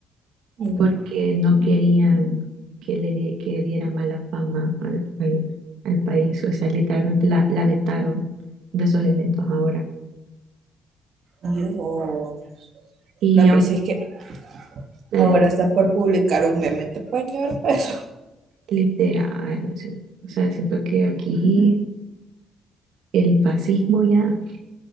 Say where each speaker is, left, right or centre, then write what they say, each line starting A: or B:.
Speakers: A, on the right; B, on the right.
A: ujú.
B: porque no querían que le die- que diera mala fama al, al- al país. O sea, literalmente la, la vetaron de esos eventos ahora.
A: Yo,
B: Y
A: no, hombre,
B: aunque
A: si es que
B: le-
A: ahora está por publicar un meme, te pueden llevar preso.
B: literal, o sea, o sea, siento que aquí el fascismo ya,